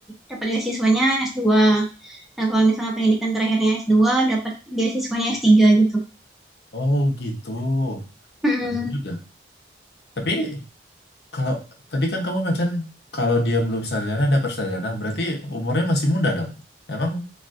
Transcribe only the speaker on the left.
Oh gitu.
Nah, juga. Tapi kalau tadi kan kamu macam kalau dia belum sarjana ada persarjana, berarti umurnya masih muda dong. Emang